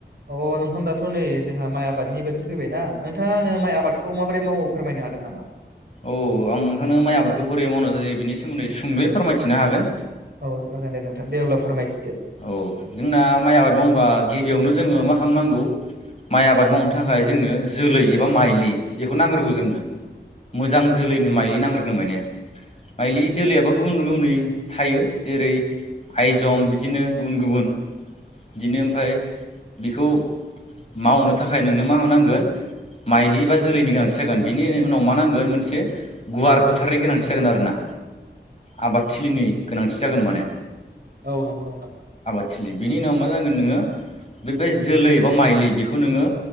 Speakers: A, on the right; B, on the left.
A: अ नोंथां दाथ' नै जोंहा माइ आबादनि बोथोर फैबायना नोंथाङा आंनो माइ आबादखौ माबोरै मावो फोरमायनो हागोन नामा
B: औ आं नोंहानो माइ आबादखौ बोरै मावनाय जायो बेनि सोमोन्दै सुंदयै फोरमायथिनो हागोन
A: औ जागोनदे नोंथां दे अब्ला फोरमायस
B: औ जोंना माइ आबाद मावोबा गिबियावनो जोङो मा खामनांगौ माइ आबाद मावनो थाखाय जोंनो जोलै एबा माइलि बेखौ नांग्रोगौ जोंनो। मोजां जोलैनि माइलि नांग्रोगो माने माइलि जोलैआबो गुबुन रोखोमनि थायो जेरै आइजम बिदि दिनो गुबुन गुबुन दिनो ओमफ्राय बिखौ मावनो थाखाय नोंनो मा हनांगोन माइलि बा जोलैनि गोनांथि जागोन बिनि उनाव मा नांगोन मोनसे गुवार फोथारनि गोनांथि जागोन आरोना। आबादथिलिनि गोनांथि जागोन माने।
A: औ नंगौ नोंथां।
B: <unintelligible> बिनि उनाव मा जागोन नोङो बे बै जोलै बा माइलि बेखौ नोङो